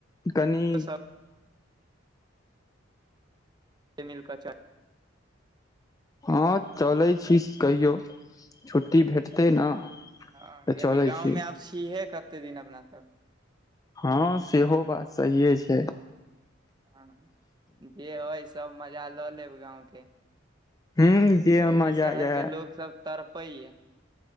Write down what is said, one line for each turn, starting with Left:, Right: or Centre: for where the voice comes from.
Left: कनि
Right: सब मिल क चा
Left: हँ चलैत छी कहियौ छुट्टी भेटतै ने
Right: हँ
Left: तऽ
Right: कियाकि
Left: चलै
Right: गाँवमे
Left: छी
Right: आब छियहे कते दिन अपना सब।
Left: हँ सेहो बात सहिए छैय।
Right: ह जे अइ सब मजा लऽ लेब गाँंवके।
Left: ह जे
Right: देखै
Left: मजा
Right: छीयै शहरके
Left: य
Right: लोग सब तड़पै य